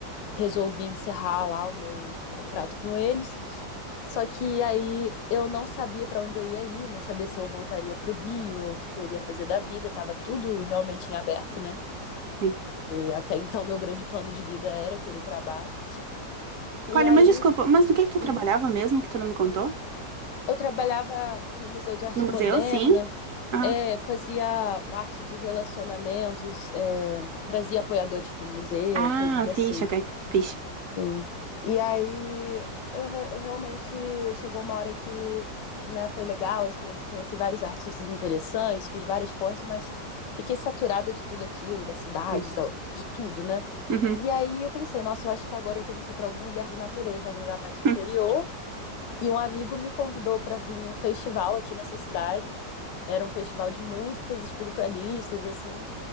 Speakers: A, on the left (about 80°); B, on the right (about 55°).
A: resolvi encerrar lá o meu contrato com eles. Só que aí eu não sabia para onde eu ia ir, não sabia se eu voltaria para o Rio ou o que, que eu iria fazer da vida, tava tudo realmente em aberto, né?
B: sim.
A: Porque até então meu grande plano de vida era aquele trabalho. E
B: Olha,
A: aí
B: mas desculpa, mas do que que tu trabalhava
A: uhum.
B: mesmo que tu não me contou?
A: eu trabalhava no Museu de Arte
B: No museu,
A: Moderna,
B: sim? Aham.
A: é, fazia parte de relacionamentos, é, trazia apoiadores para o museu,
B: Ah,
A: coisas assim.
B: fixe, ok. Fixe.
A: Sim. E aí eu, re- eu realmente chegou uma hora que, né, foi legal a experiência, conheci vários artistas interessantes, fiz várias pontes, mas fiquei saturada de tudo aquilo, da cidade,
B: Pois.
A: da- de tudo, né?
B: Uhum.
A: E aí eu pensei, nossa, eu acho que agora eu tenho que ir para algum lugar de natureza, algum lugar mais de
B: <laughs>
A: interior. E um amigo me convidou para vir num festival aqui nessa cidade. Era um festival de músicas espiritualistas, assim.